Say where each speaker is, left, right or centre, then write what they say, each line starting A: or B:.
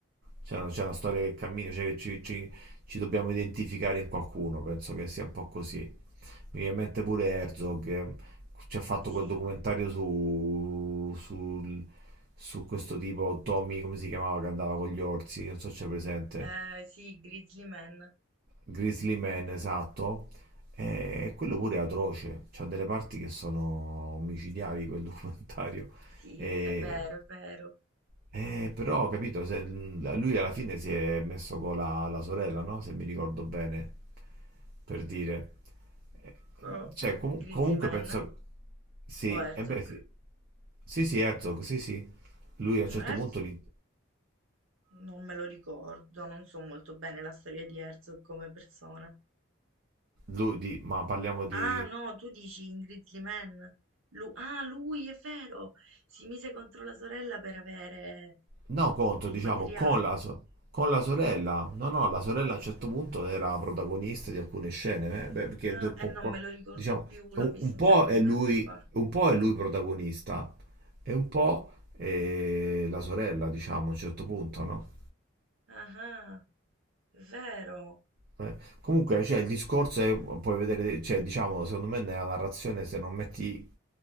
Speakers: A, on the right; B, on the right.
A: C'è una, c'è una storia che cammina, cioè che ci, ci- ci dobbiamo identificare in qualcuno, penso che sia un po' così. Mi viene in mente pure Herzog, eh,
B: mh-mh.
A: ci ha fatto
B: Sì,
A: quel documentario su, sul- su questo tipo, Tommy, come si chiamava, che andava con gli orsi, non so se c'è presente.
B: ehm, sì, Grizzly Man.
A: Grizzly Man, esatto. E quello pure è atroce. C'ha delle parti che sono omicidiali quel <laughs> documentario.
B: Sì,
A: E,
B: è vero, è vero.
A: e però, capito, se- lui alla fine si è messo con la, la sorella, no? Se mi ricordo bene, per dire. Eh,
B: Co
A: Cioè, comu-
B: Grizzly
A: comunque
B: Man
A: penso... Sì,
B: o Herzog?
A: e beh, sì. Sì, sì, Herzog, sì, sì. Lui a un
B: Herzog?
A: certo punto... Li,
B: Non me lo ricordo, non so molto bene la storia di Herzog come persona.
A: lui di- ma parliamo di...
B: Ah, no, tu dici in Grizzly Man. Lu- ah, lui è vero! Si mise contro la sorella per avere
A: No, contro,
B: il
A: diciamo,
B: materiale.
A: con la, so- con la sorella. No, no, la sorella a un certo punto era protagonista di alcune scene, eh, beh, perché
B: Ah,
A: do- con
B: e non
A: qua-
B: me lo ricordo
A: diciamo,
B: più, l'ho
A: un,
B: visto
A: un po'
B: un sacco
A: è
B: di tempo
A: lui,
B: fa.
A: un po' è lui protagonista e un po' è la sorella, diciamo, a un certo punto, no?
B: Ah, ah, è vero.
A: Eh, Comunque, cioè, il discorso è, puoi vedere, cioè, diciamo, secondo me nella narrazione se non metti